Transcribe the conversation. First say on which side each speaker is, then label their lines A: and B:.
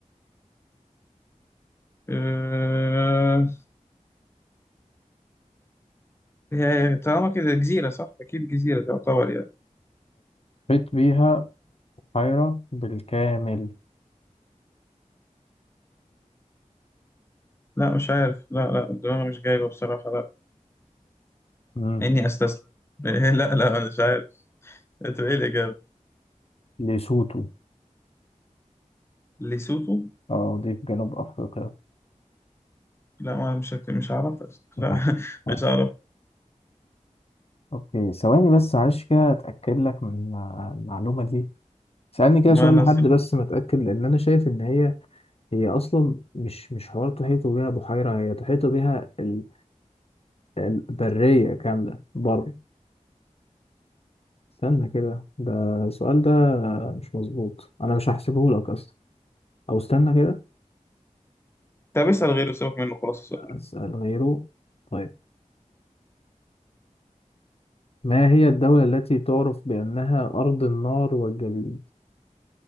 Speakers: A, on the left (about 20°); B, on the left (about 50°).
A: <laughs> أه... هي طالما كده جزيرة صح؟ أكيد جزيرة تعتبر يعني
B: تحيط بها بحيرة بالكامل
A: لا مش عارف لا لا الدماغ مش جايبة بصراحة لا
B: مم.
A: إني أستسلم <laughs> إيه، لا لا أنا مش عارف أنت إيه الإجابة؟
B: ليسوتو
A: ليسوتو؟
B: اه دي في جنوب أفريقيا
A: لا ما مش مش عارف
B: <laughs>
A: لا <laughs> مش عارف
B: أوكي ثواني بس معلش كده أتأكد لك من المعلومة دي سألني كده
A: ما
B: سؤال
A: أنا
B: لحد بس متأكد لأن أنا شايف إن هي هي اصلا مش مش حوار تحيطوا بيها بحيره هي تحيطوا بيها ال- البريه كامله بر استنى كده ده السؤال ده مش مظبوط انا مش هحسبه لك اصلا او استنى كده
A: طب اسأل غيره سيبك منه خلاص اسأل غيره
B: اسال غيره طيب ما هي الدوله التي تعرف بانها ارض النار والجليد